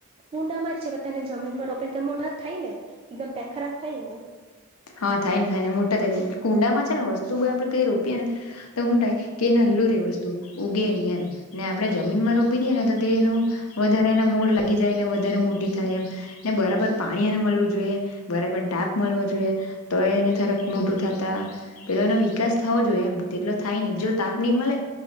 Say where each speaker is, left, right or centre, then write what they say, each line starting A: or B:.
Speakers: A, on the right; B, on the left.
A: ઊંડામાં જ છે તેને જમીનમાં રોપી ને તો મોઢા થાય ને એકદમ પેખરા થાય ને
B: હા થાય ને થાય ને મોટા થાય કુંડામાં છે ને વસ્તુ આપડે કઈ રોપીએે ને તો હું થાય કે નલું રે એ વસ્તુ ઉગેની એમ ને આપણેે જમીનમાં રોપી દઈએ ને વધારે મૂળ લાગ જાય ને વધારે મોટી થાય એમ ને બરાબર પાણીન એને મળવું જોઈએ બરાબર ટાપ મળવો જોઈએ તો એને થારક મોટું થતા પેલો એનો વિકાસ થવો જોઈએ એમ તેટલો થાય નહી જો તાપની મળે